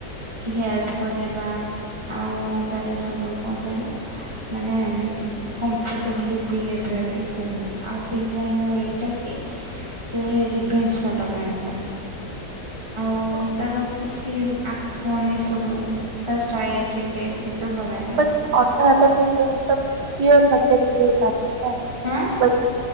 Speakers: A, on the right (about 15°); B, on the right (about 70°).
A: କି ହେଲ୍ପ କରିବା, ଆଉ ତାର ସବୁ କଣ କହିଲ ମାନେ କମ୍ଫଟ ଟ ବିଲି ବିହେଭିୟର୍ ଏସବୁ। ଆଉ ଭିଲିଆନ୍ ର ଏଇଟା କି ସେ ରିଭେଞ୍ଜ୍ ନବା ଜାଣିଥାଏ। ଆ
B: କାହିଁକି?
A: ତାର କିଛି ଆକ୍ସନ୍ ଏସବୁ, ତା ଷ୍ଟାଇଲ ଟିକେ, ଏସବୁ ଭଲ ଲାଗେ।
B: ବଟ୍
A: ଆଉ।
B: ଅଧା ଅଧା ଫଲ୍ମ୍ ର କ୍ଲୀଅର <unintelligible>
A: ଆଁ
B: ବଟ୍